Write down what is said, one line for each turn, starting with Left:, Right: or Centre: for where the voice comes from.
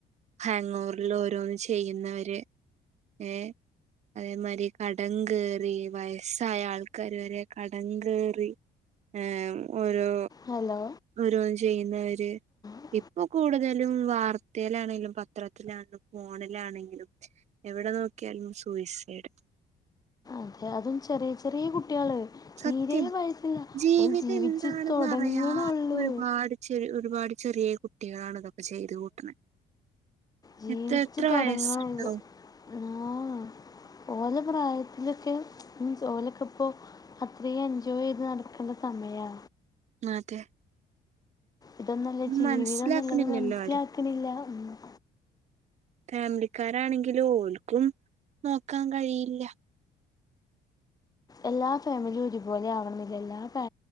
Right: ഹാങ്ങോവാറിൽ ഓരോന്ന് ചെയ്യുന്നവര് ഏഹ് അതേമാരി കടം കെറി വയ സായ ആൾക്കാര് വരെ കടം കെറി ഏഹ് ഓരോ
Left: ഹലോ
Right: ഓരോന്ന് ചെയ്യുന്നവര്
Left: ആ
Right: ഇപ്പൊ കൂടുതലും വാർത്തയിലാണെലും പത്രത്തിലാണെിലും ഫോണിലാണെങ്കിലും എവിടെ നോ ക്കിയാലും സൂയിസൈഡ്
Left: അതെ അതും ചെറിയ ചെറിയ കു കുട്ടികള്
Right: സത്യം
Left: തീരെ വയസില്ല
Right: ജീവിതം
Left: ഓൻ ജീവിച്ചു
Right: എന്താണെന്ന്
Left: തുടങ്ങണുള്ളൂ
Right: അറിയാത്ത ഒരുപാട് ചെറി ഒരുപാട് ചെറിയ കുട്ടികളാണ് ഇതൊക്കെ ചെയ്ത് കൂട്ടണെ.
Left: ജീവിച്ചു
Right: എത്ര എത്ര
Left: തുടങ്ങള്ളൂ
Right: വയസ്സുണ്ടാവും
Left: ആഹ് ഓല് പ്രായത്തിലൊക്കെ മീൻസ്‌ ഓലൊക്കെ ഇപ്പോ അത്രയും എൻജോയ് ചെയ്ത് നടക്കണ്ട സമയ.
Right: അതെ
Left: ഇതൊന്നല്ല ജീവിതം
Right: മനസ്സിലാക്കണില്ലല്ലോ
Left: നല്ലത് മനസ്സിലാക്കണില്ല
Right: ആരും
Left: ഒന്നും
Right: ഫാമിലിക്കാരാണെങ്കിലു ഓൽക്കും നോക്കാൻ കഴിയില്ല
Left: എല്ലാ ഫാമിലിയും ഒരുപോലെ ആവണനില്ലാല്ല എല്ലാ ഫാ